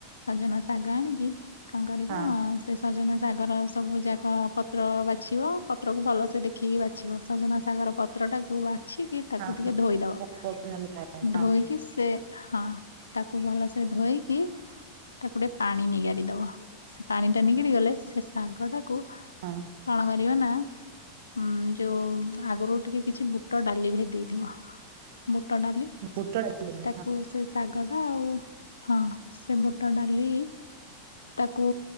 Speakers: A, on the left; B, on the right.
A: ସଜନା ଶାଗ ଆଣିକି କଣ କରିବ?
B: ହଁ
A: ସେ ସଜନା ସାଗର ସବୁ ଯାକ ପତ୍ର ବାଛିବ ପତ୍ରକୁ ଭଲସେ ଦେଖିକି ବାଛିବ ସଜନା ସାଗର ପ ପତ୍ର ଟାକୁ ବାଛିକି ତାକୁ
B: ହଁ
A: ଟିକେ ଧୋଇଦବ
B: ପୋକ ବି ନହେଲେ ଥାଏ ହଁ
A: ଧୋଇକି ସେ ହଁ ତାକୁ ଭଲସେ ଧୋଇକି ତାକୁ ଟିକେ ପାଣି ନିଗାଡି ଦବ ସେ ପାଣି ଟା ନିଗିଡି ଗଲେ ସେ ଶାଗ ଟାକୁ
B: ହଁ
A: କଣ କ <unintelligible> ନା ଉଁ ଯୋଉ ଆଗରୁ ଟିକେ କିଛି ବୁଟ ଡାଲି ଭିଦେଇ ଥିବ ବୁଟ ଡାଲି।
B: ବୁଟ ଡାଲିଆ
A: ତାକୁ ସେ ଶାଗ ଟା ଆଉ ହଁ ସେ ବୁଟ ଡାଲି ତାକୁ